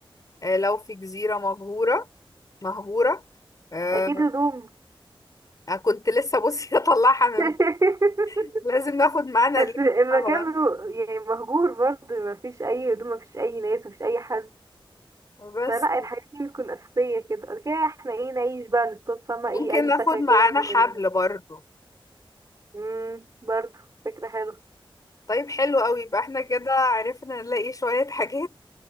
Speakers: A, on the left (about 40°); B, on the right (about 35°).
A: آه، لو في جزيرة مهجورة مهجورة آه،
B: اكيد هدوم
A: كنت لسه بصي <laughs> اطلعها من
B: <laughs>
A: لازم ناخد معانا
B: بس
A: لبس
B: المكان
A: طبعا
B: رو- يعني مهجور برضه ما فيش اي هدوم ما فيش اي ناس ما فيش اي حد
A: بس
B: فلا الحاجات دي بتكون اساسيه كده بعد كده احنا ايه نعيش بقى نصطاد فما ايه
A: ممكن
B: اي
A: ناخد
B: فاكهه
A: معانا
B: كده من
A: حبل
B: ال...
A: برضو
B: امم برضه فكره حلوه
A: طيب حلو قوي يبقى احنا كده عرفنا نلاقي شوية حاجات